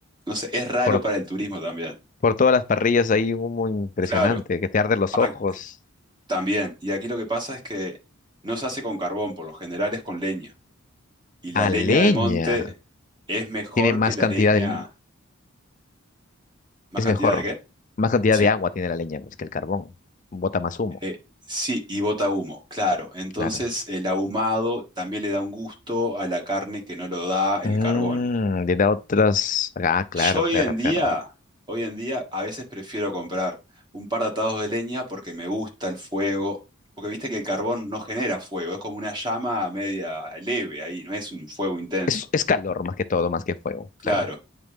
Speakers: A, on the right; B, on the left.
A: no sé, es raro
B: Por,
A: para el turismo también.
B: por todas las parrillas hay humo impresionante,
A: Claro,
B: que te arde los
A: ac-
B: ojos.
A: también. Y aquí lo que pasa es que no se hace con carbón, por lo general es con leña. Y la
B: A
A: leña
B: leña.
A: de monte es mejor
B: Tiene más
A: que la
B: cantidad
A: leña...
B: de... li-
A: ¿Más
B: Es
A: cantidad
B: mejor.
A: de qué?
B: Más cantidad
A: Sí.
B: de agua tiene la leña, pues, que el carbón. Bota más humo,
A: eh, sí, y bota humo, claro. Entonces
B: claro.
A: el ahumado también le da un gusto a la carne que no lo da el
B: Mm,
A: carbón.
B: le da otras... Ah, claro,
A: Yo hoy
B: claro,
A: en
B: claro.
A: día, hoy en día a veces prefiero comprar un par de atados de leña porque me gusta el fuego, porque viste que el carbón no genera fuego, es como una llama media leve ahí, no es un fuego intenso,
B: Es, es calor más que todo, más que fuego,
A: claro.
B: claro.